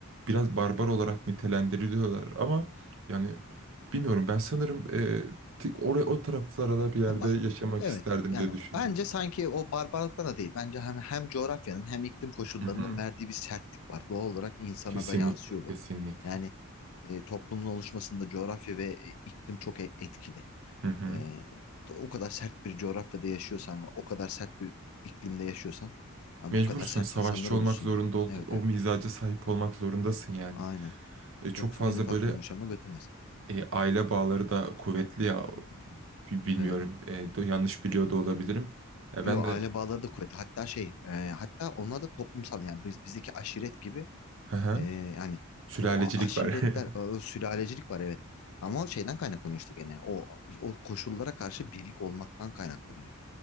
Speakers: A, on the right; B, on the left.
A: Biraz barbar olarak nitelendiriliyorlar ama yani bilmiyorum ben sanırım e, tik- oraya o taraflara da bir yerde
B: Ama
A: yaşamak
B: evet
A: isterdim
B: yani
A: diye düşünüyorum.
B: bence sanki o barbarlıkta da değil. Bence hem hem coğrafyanın hem iklim koşullarının
A: Hı hı.
B: verdiği bir sertlik var. Doğal olarak insana
A: Kesinlikle,
B: da yansıyor
A: kesinlikle.
B: bu. Yani e, toplumun oluşmasında coğrafya ve e, iklim çok e- etkili.
A: Hı hı.
B: Ee, o kadar sert bir coğrafyada yaşıyorsan, ve o kadar sert bir iklimde yaşıyorsan, abi
A: Mecbursun,
B: bu kadar sert
A: savaşçı
B: insanlar olursun
A: olmak zorunda,
B: ya.
A: ol-
B: Evet
A: o
B: evet.
A: mizaca sahip olmak zorundasın yani.
B: Aynen.
A: E, çok
B: Yoksa
A: fazla
B: en ufak
A: böyle
B: yumuşama götürmesin.
A: e, aile bağları da kuvvetli ya
B: Hı hı.
A: Bi- bilmiyorum
B: Evet.
A: E, do- yanlış biliyor da olabilirim. Ya
B: Yo
A: ben de
B: aile bağları da kuvvetli. Hatta şey, e, hatta onlar da toplumsal yani biz, bizdeki aşiret gibi
A: hı hı,
B: e, yani
A: sülalecilik
B: o aşiretler,
A: var.
B: o
A: <laughs>
B: sülalecilik var evet. Ama o şeyden kaynaklanıyor işte gene. O o koşullara karşı birlik olmaktan kaynaklanıyor yani